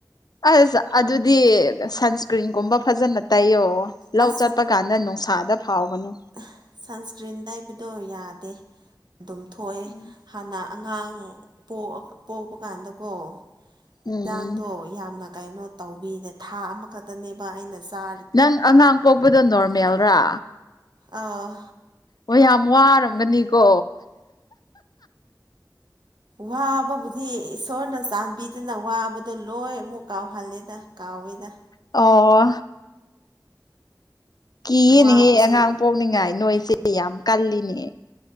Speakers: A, on the left; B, on the right.
A: ꯑꯁ ꯑꯗꯨꯗꯤ ꯁꯟꯁꯀ꯭ꯔꯤꯟꯒꯨꯝꯕ ꯐꯖꯅ ꯇꯩꯌꯣ꯫ ꯂꯧ
B: ꯑꯁ
A: ꯆꯠꯄ ꯀꯥꯟꯗ ꯅꯨꯡꯁꯥꯗ ꯐꯥꯎꯒꯅꯨ꯫
B: ꯑ ꯁꯟꯁꯀ꯭ꯔꯤꯟꯗ ꯇꯩꯕꯗꯣ ꯌꯥꯗꯦ ꯑꯗꯨꯝ ꯊꯣꯛꯑꯦ꯫
A: ꯎꯝ
B: ꯍꯥꯟꯅ ꯑꯉꯥꯡ ꯄꯣꯑ ꯄꯣꯛꯄ ꯀꯥꯟꯗꯀꯣ꯫
A: ꯎꯝ
B: ꯌꯦꯟꯖꯥꯡꯗꯣ ꯌꯥꯝꯅ ꯀꯩꯅꯣ ꯇꯧꯕꯤꯅꯦ ꯊꯥ ꯑꯃꯈꯛꯇꯅꯦꯕ ꯑꯩꯅ ꯆꯥ
A: ꯅꯪ ꯑꯉꯥꯡ ꯄꯣꯛꯄꯗ ꯅꯣꯔꯃꯦꯜꯔꯥ꯫
B: ꯑꯥꯎ꯫
A: ꯑꯣ ꯌꯥꯝ ꯋꯥꯔꯝꯒꯅꯤꯀꯣ꯫
B: ꯋꯥꯕꯕꯨꯗꯤ ꯏꯁꯣꯔꯅ ꯆꯥꯟꯕꯤꯗꯅ ꯋꯥꯕꯗ ꯂꯣꯏ ꯑꯃꯨꯛ ꯀꯥꯎꯍꯜꯂꯦꯗ ꯀꯥꯎꯋꯤꯗ꯫
A: ꯑꯣ꯫ ꯀꯤꯌꯦꯅꯦꯍꯦ
B: ꯋꯥꯕꯁꯨ
A: ꯑꯉꯥꯡ ꯄꯣꯛꯅꯤꯡꯉꯥꯏ ꯅꯣꯏꯁꯦ ꯌꯥꯝ ꯀꯜꯂꯤꯅꯦ꯫